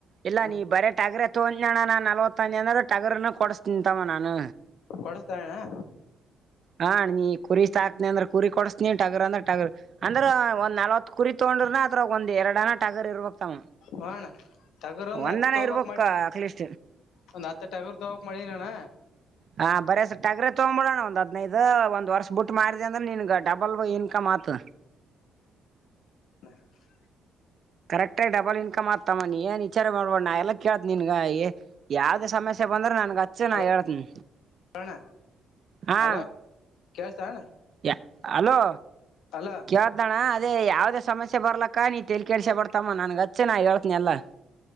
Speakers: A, on the right; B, on the left.
A: ಇಲ್ಲಾ
B: ಹ್ಮ
A: ನೀ ಬರೆ ಟಗರ ತಗೋತನನ್ನೀ ನಲವತ್ತ ಅನ್ನಿ ಅಂದ್ರ ಟಗರಣ ಕೊಡಿಸ್ತನ ತಮ್ಮ ನಾನ್.
B: ಕೊಡಸ್ತೀರಣ್ಣಾ.
A: ಹಾ ನೀ ಕುರಿ ಸಾಕ್ತಾನಿ ಅಂದ್ರ ಕುರಿ ಕೊಡಸ್ತನಿ ಟಗರ್ ಅಂದ್ರ ಟಗರ್ ಅಂದ್ರೆ ಒಂದ ನಲ್ವತ್ತ ಕುರಿ ತಕೊಂಡ್ ಡ್ರನ ಅದತ್ರ ಒಂದ ಎರಡನ ಟಗರ್ ಇರ್ಬೇಕು
B: ಹ ಅಣ್ಣ ಟಗರ್ ಒಂದ್
A: ಒಂದನ
B: ಹತ್ ತೋಬಕ್
A: ಇರ್ಬೇಕಕ್
B: ಮಾಡಿ
A: ಅಕ್ಲೇಶ
B: ಒಂದ್ ಹತ್ತು ಟಗರ್ ತೋಬಕ್ ಮಾಡಿನಣ್ಣ
A: ಹ ಬರ ಸರ್ ಟಗ್ರ ತಗೊ್ಂಬಿಡೋಣ ಒಂದ್ ಅ ಇದ ಒಂದ್ ವರ್ಷ ಬಿಟ್ಟ ಮಾಡಿದ ಅಂದ್ರೆ ನಿನಗ್ ಡಬಲ್ ಇನ್ಕಮ್ ಆತ.
B: <inaudible>
A: ಕರೆಕ್ಟಾಗಿ ಡಬಲ್ ಇನ್ಕಮ್ ಆತ ತಮ್ಮ ನಿ ಏನ್ ವಿಚಾರ ಮಾಡ್ಬ್ಯಾಡ ನಾ ಎಲ್ಲಾ ಕೇಳ್ತನ್ ನಿನಗ್ ಏ ಯಾವ್ದ ಸಮಸ್ಯೆ ಬಂದ್ರ ನನಗ ಅಚ್ಚ ನಾ
B: ಅಲ
A: ಹೇಳ್ತನ
B: ಅಣ್ಣ
A: ಹಾ.
B: ಅಲೋ ಕೇಳ್ತ ಅಣ್ಣ
A: ಯಾ ಹಲೋ
B: ಅಲೋ
A: ಕೇಳ್ತನ್ ಅಣ್ಣ ಅದೇ ಯಾವ್ದೇ ಸಮಸ್ಯೆ ಬರ್ಲಕ್ಕ ನೀ ತೇಲಿ ಕೆಡಿಸ್ಕೊಬ್ಯಾಡ್ ತಮ್ಮ ನನಗ ಅಚ್ಚ ನಾ ಹೇಳ್ತನ ಎಲ್ಲಾ.